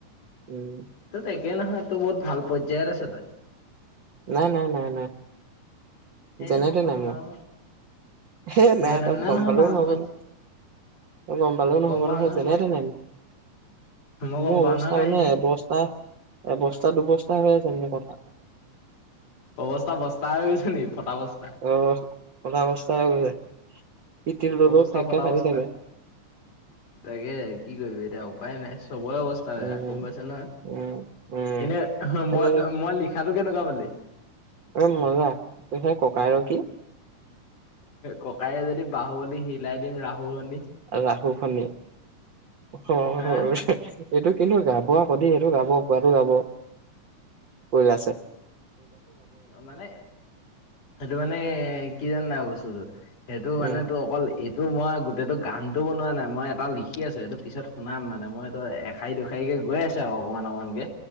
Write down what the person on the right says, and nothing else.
উম।
নাই, নাই, নাই, নাই।
যেনেতেনে
মই,
হে নাই
তই
গম
পালেও
নহ'ব
ন গম
পালেও নহব
নহয় যেনে
তেনে
মোৰ
অৱস্থা
মানে এবস্তা এবস্তা দুবস্তা হৈ আছে মোৰ কথা
অ অল অৱস্থা হৈ গৈছে পিটৰ ললেও
ফকা
ভাটি
থাকে <inaudible>
উম
উম উম
এনে
অ মজা ত সেই ককাই ৰ কি।
ৰাহু খনি অ'
এইটো কিন্তু গাব আকৌ সেইটো গাব। যোৱাতো যাব শুই আছে।
উম